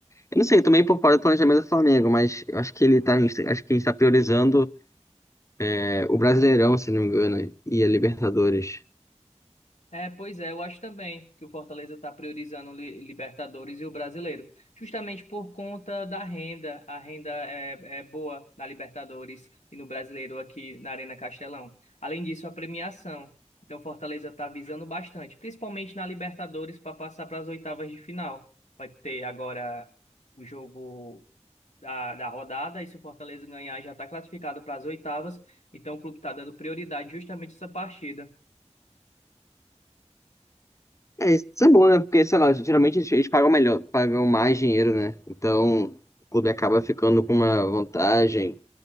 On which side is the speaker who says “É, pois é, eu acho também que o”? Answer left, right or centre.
Left